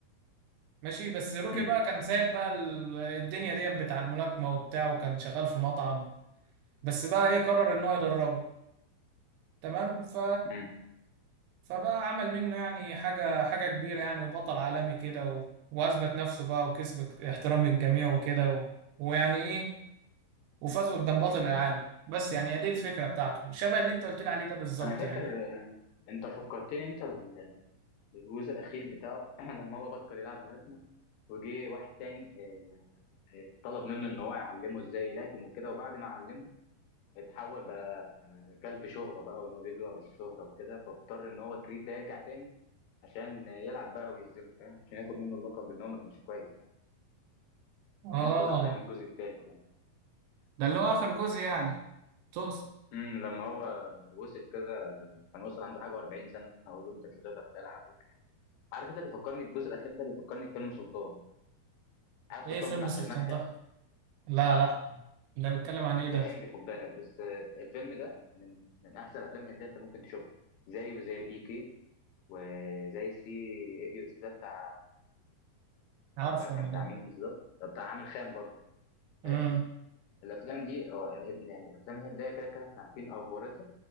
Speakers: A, on the right; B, on the left.
A: ماشي بس روكي
B: امم
A: بقى كان سايب بقى ال- الدنيا ديت بتاع الملاكمة وبتاع وكان شغال في مطعم بس بقى ايه قرر ان هو يدربه تمام ف
B: امم
A: فبقى عمل منه يعني حاجة حاجة كبيرة يعني وبطل عالمي كده و... وأثبت نفسه بقى وكسب احترام الجميع وكده و... ويعني ايه وفازوا قدام بطل العالم بس يعني هي دي الفكرة بتاعته شبه اللي انت قلت لي عليه ده بالظبط
B: انا فاكر
A: يعني
B: يعني انت فكرتني انت بال- بالجزء الاخير بتاعه <clears throat> لما هو بطل يلعب ملاكمه وجه واحد تاني آه، طلب منه ان هو يعلمه ازاي يلاكم وكده وبعد ما علمه اتحول بقى آه، كلب شهرة بقى وان هو بيجري ورا الشهرة وكده فاضطر ان هو كريد ده يرجع تاني عشان يلعب بقى ويهزمه فاهم عشان ياخد منه اللقب بان هو ما كانش كويس يعني على
A: اه
B: ما اتذكر يعني الجزء الثالث يعني
A: ده اللي هو آخر جزء يعني توس
B: امم لما هو وصل كده كان وصل عنده حاجه و40 سنه اقول له انت مش هتقدر تلعب عارف انت بيفكرني الجزء الاخير ده بيفكرني بفيلم سلطان عارف
A: ايه
B: سلطان
A: فيلم
B: بتاع
A: سلطان
B: سلمان
A: طه
B: خان
A: لا لا ده بيتكلم عن ايه
B: ده
A: ده
B: هندي خد بالك بس آه، الفيلم ده من من احسن الافلام الهنديه انت ممكن تشوفها زيه زي بيكي وزي 3 ايديوتس ده بتاع
A: عارفه
B: كان مش عارف
A: انا
B: كان بتاع
A: ده
B: مين بالظبط ده بتاع عامر خان برضه
A: امم
B: فاهم الافلام دي أو ال- يعني الافلام الهنديه كده كده احنا عارفين افورتها